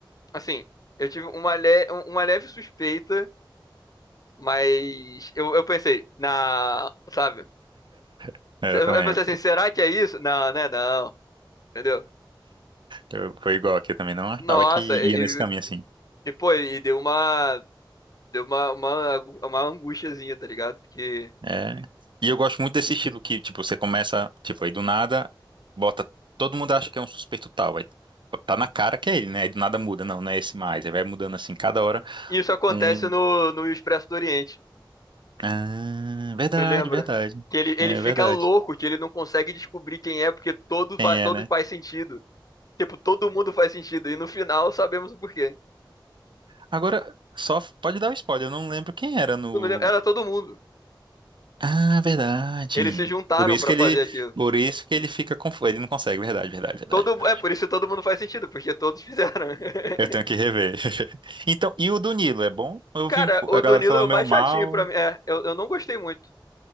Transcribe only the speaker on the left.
assim, eu tive uma, le, uma leve suspeita Mas eu, eu pensei, na, sabe?
Eu
pensei
assim, será que é isso? Não, não é não, entendeu?
Nossa,
e,
e,
e, pô, e deu uma, deu uma, uma, uma angustiazinha, tá ligado? Porque
isso acontece
no, no Expresso do Oriente,
tu lembra?
Que ele, ele
fica
louco, que ele não consegue descobrir quem é, porque todo,
fa- todo
faz sentido. Tipo, todo mundo faz sentido, e no final sabemos o porquê.
Tu não lembra? Era todo mundo.
Eles se juntaram
pra
fazer aquilo.
Todo,
é por isso todo mundo faz sentido, porque todos fizeram. <laughs>
Cara,
o
Danilo
é o
mais
chatinho pra mim. É, eu, eu não gostei muito.